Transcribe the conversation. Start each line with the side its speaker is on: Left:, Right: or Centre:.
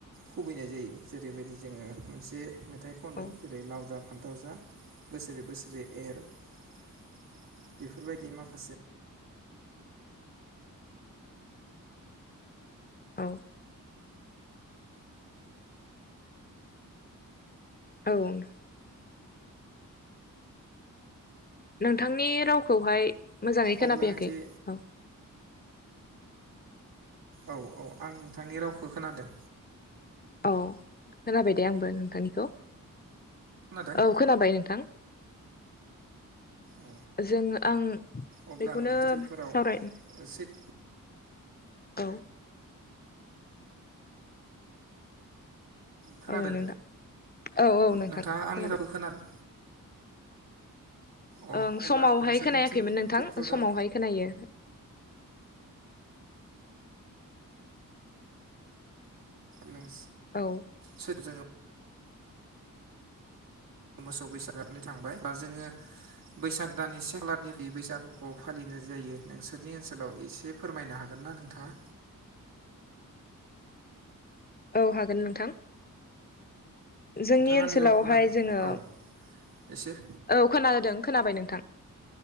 Right: खुबैनाय जायो जेरैबायदि जोङो मोनसे मेथाइ खनो
Left: औ
Right: जेरै लावजा फान्थाव जा बोसोरे बोसोरै एर बेफोरबायदि माखासे
Left: औ औ नोंथांनि रावखौहाय मोजाङै खोनाफैयाखै
Right: अब्ला एसे
Left: औ
Right: औ औ आं नोंथांनि रावखौ खोनादों।
Left: औ खोनाबाय दे आंबो नोंथांनिखौ
Right: खोनादों
Left: औ खोनाबाय नोंथां।
Right: औ
Left: जोङो आं
Right: अब्ला
Left: बेखौनो
Right: नोंथां ओनसोलफोराव
Left: सावराय
Right: सैथ
Left: औ।
Right: खोनादों
Left: औ नोंथां औ औ नोंथां
Right: नोंथाङा आंनि
Left: खोनाबाय।
Right: रावखौ खोनादों अ
Left: ओं
Right: अब्ला
Left: समावहाय
Right: नोंसोरनिथिं
Left: खोनायाखैमोन नोंथां
Right: सैत्र'
Left: समावहाय
Right: दान
Left: खोनायो।
Right: नों
Left: औ
Right: जोङो मोसौ बैसाग थांबाय बा जोङो बैसाग दाननि से खालाारनिफ्राय बैसागुखौ फालिनो बे जायो नोंसोरनि ओनसोलाव एसे फोरमायनो हागोन ना नोंथाङा?
Left: औ हागोन नोंथां जोंनि
Right: नोंथाङा
Left: ओनसोलावहाय
Right: आंनि रावखौ खोनादों
Left: जोङो
Right: औ एसे
Left: औ खोनादों खोनाबाय नोंथां